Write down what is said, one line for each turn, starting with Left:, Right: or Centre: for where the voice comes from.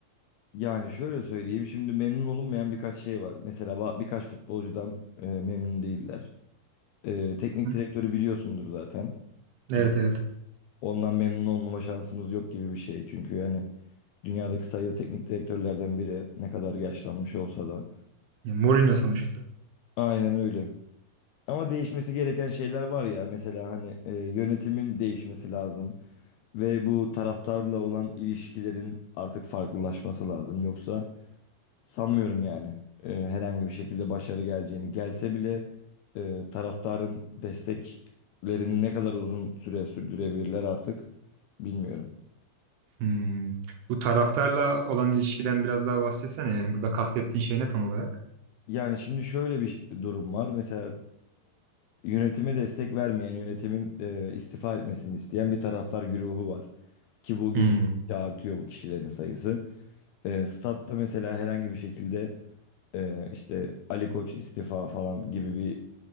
Left: Yani şöyle söyleyeyim şimdi memnun olunmayan birkaç şey var. Mesela ba- birkaç futbolcudan e, memnun değiller. E, teknik
Right: Hı.
Left: direktörü biliyorsundur zaten.
Right: Evet
Left: E,
Right: evet.
Left: ondan memnun olmama şansımız yok gibi bir şey. Çünkü hani dünyadaki sayılı teknik direktörlerden biri ne kadar yaşlanmış olsa da.
Right: Ya, Mourinho sonuçta.
Left: Aynen öyle. Ama değişmesi gereken şeyler var ya. Mesela hani e, yönetimin değişmesi lazım. Ve bu taraftarla olan ilişkilerin artık farklılaşması lazım. Yoksa sanmıyorum yani e, herhangi bir şekilde başarı geleceğini. Gelse bile e, taraftarın desteklerini ne kadar uzun süre sürdürebilirler artık bilmiyorum.
Right: Hmm. Bu taraftarla olan ilişkiden biraz daha bahsetsene yani burada kastettiğin şey ne tam olarak?
Left: Yani şimdi şöyle bir ş- durum var. Mesela e, yönetime destek vermeyen, yönetimin e, istifa etmesini isteyen bir taraftar güruhu var. Ki bugün
Right: Hmm.
Left: gittikçe artıyor bu kişilerin sayısı. E, statta mesela herhangi bir şekilde e, işte Ali Koç istifa falan gibi bir